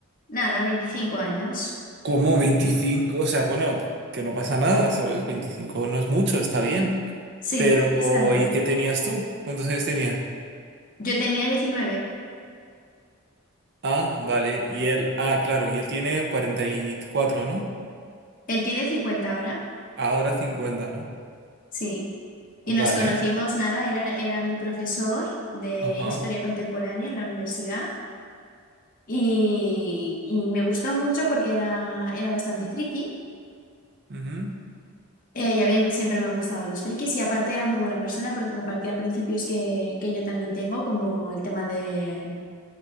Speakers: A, on the left; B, on the right.
A: nada, veinticinco años,
B: Como veinticinco o sea, bueno, que no pasa nada, ¿sabes? veinticinco no es mucho, está bien.
A: sí,
B: Pero,
A: está bien.
B: ¿y qué tenías tú? ¿Cuántos años tenía?
A: Yo tenía 19.
B: Ah, vale. Y él, ah, claro, y él tiene cuarenta y cuatro ¿no?
A: Él tiene 50 ahora,
B: Ahora cincuenta ¿no?
A: sí. Y nos
B: Vale.
A: conocimos, nada, él era, era mi profesor de
B: Ajá.
A: historia contemporánea en la universidad y, y me gustó mucho porque era, era bastante friki.
B: ujú.
A: Eh, y a mí siempre me han gustado los frikis y aparte era muy buena persona porque compartía principios que, que yo también tengo, como el tema de